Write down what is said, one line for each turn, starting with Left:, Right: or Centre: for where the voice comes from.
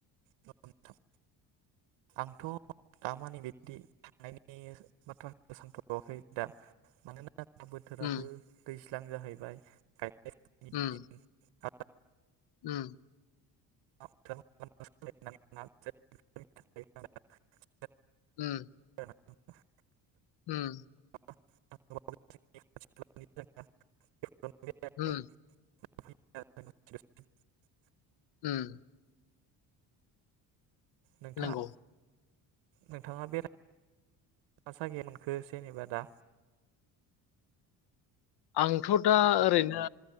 Right: नोंथां आंथ' दामानि बिदि थांनायनि बे बाथ्राखौ सानथवाखै दा मानोना दा बोथोराबो
Left: उम
Right: दैज्लां दैज्लां जाहैबाय गायनाय फुनायनि
Left: उम
Right: दिन <unintelligible>
Left: उम
Right: <unintelligible>
Left: उम
Right: <unintelligible>
Left: उम
Right: <unintelligible> <unintelligible>
Left: उम
Right: <unintelligible>
Left: उम
Right: नोंथाङा
Left: नंगौ
Right: नोंथाङा बेराय <unintelligible> मोनखो जेनेबा दा
Left: आंथ' दा ओरैनो